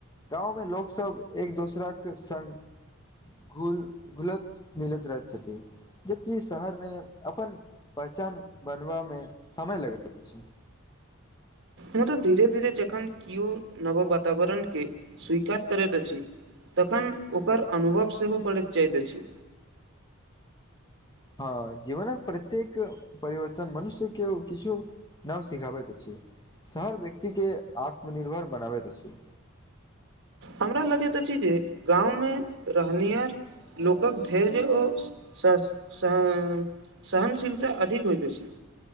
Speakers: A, on the left; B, on the right.
A: गाँवमे लोक एक-दोसराक संग घुल घुलैत मिलैत रहैत छथि जबकि शहरमे अपन पहचान बनबामे समय लगैत अछि
B: मुदा धीरे धीरे जखन केओ नव वातावरण के स्वीकार करैत अछि तखन ओकर अनुभव सेहो बढ़ैत जाइत अछि।
A: हँ जीवनक प्रत्येक परिवर्तन मनुष्य केओ किछो नव सिखाबैत अछि शहर व्यक्ति के आत्मनिर्भर बनाबैत अछि
B: हमरा लगैत अछि जे गाँवमे रहनिहार लोकक धैर्य ओ स सँ सहनशीलता अधिक होइत अछि